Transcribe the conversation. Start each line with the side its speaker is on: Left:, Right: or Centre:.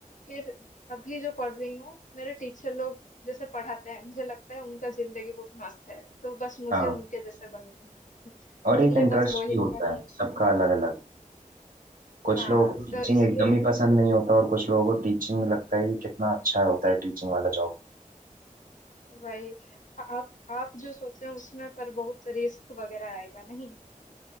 Left: फिर अभी जो पढ़ रही हूँ मेरे टीचर लोग जैसे पढ़ाते हैं मुझे लगता है उनका जिंदगी बहुत मस्त है तो बस मुझे
Right: हाँ
Left: उनके जैसे बन <laughs>
Right: और
Left: इसलिए
Right: एक इंटरेस्ट
Left: बस वही
Right: भी होता
Left: वही
Right: है सबका अलग अलग कुछ
Left: हाँ
Right: लोगों को टीचिंग
Left: तो इसलिए
Right: एकदम ही पसंद नहीं होता और कुछ लोगों को टीचिंग लगता है कि कितना अच्छा होता है टीचिंग वाला जॉब
Left: वही आ- आप आप जो सोचे हैं उसमें पर बहुत रिस्क वगैरह आएगा नहीं